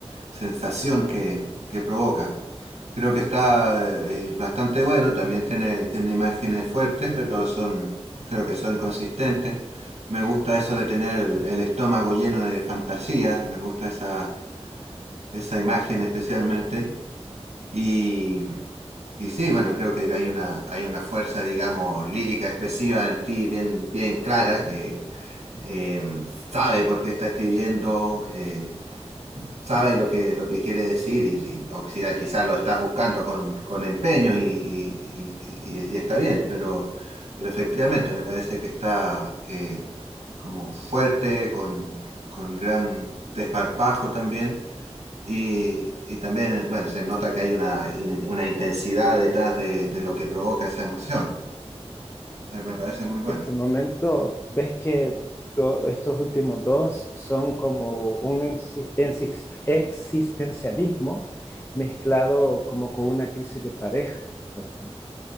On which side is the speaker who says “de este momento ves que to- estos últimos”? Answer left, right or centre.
Left